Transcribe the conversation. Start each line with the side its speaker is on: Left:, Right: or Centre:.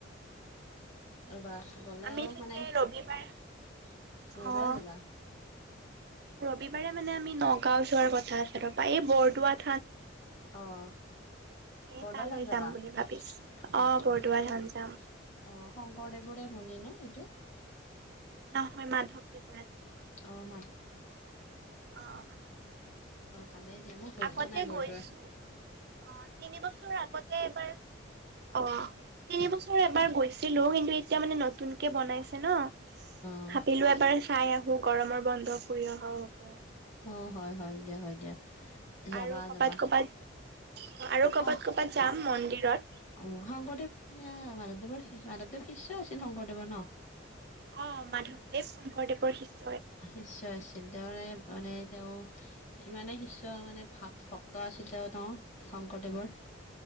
Left: ৰবা গলে
Right: আমি
Left: আৰু
Right: চাগে
Left: মানে
Right: ৰবিবাৰ
Left: <unintelligible>
Right: অ',
Left: যাবা
Right: ৰবিবাৰে মানে আমি নগাঁও যোৱাৰ কথা আছে ৰবা এই বৰদোৱাত
Left: অ',
Right: এ
Left: বৰদোৱা
Right: তালৈ
Left: থান যাবা
Right: যাম
Left: আহ
Right: বুলি ভাবিছো অ বৰদোৱা থান যাম
Left: শংকৰদেৱৰে মন্দিৰ ন এইটো
Right: নহয় মাধৱদেৱৰা আছিল।
Left: অ, <unintelligible> অ,
Right: অ মাধৱদেৱৰ
Left: ভালেই দিয়া মোক ভ
Right: আগতে
Left: পোৱা নাই বৰু
Right: গৈছো
Left: দোৱা
Right: অ, তিনি বছৰ আগতে এবাৰ অ তিনিবছৰ এবাৰ গৈছিলো। কিন্তু এতিয়া মানে নতুনকে বনাইছে ন
Left: অ
Right: ভাবিলো এবাৰ চাই আহো গৰমৰ বন্ধ ফুৰি অহাও আহো।
Left: অ, হয়-হয় দিয়া হয় দিয়া যাবা-যাবা
Right: আৰু ক'বাত ক'বাত আৰু ক'বাত
Left: অ,
Right: ক'বাত যাম মন্দিৰত
Left: উ শংকৰদেৱ সেয়া মানে মাধৱৰ মাধৱদেৱ শিষ্য আছিল। শংকৰদেৱৰ ন
Right: অ, মাধৱদেৱ শংকৰদেৱৰ শিক্ষা
Left: নিশ্চয় আছিল। তেওঁৰে মানে তেওঁ ইমানেই শিষ্য মানে ভ ভক্ত আছিল। তেওঁ-তেওঁ ন শংকৰদেৱৰ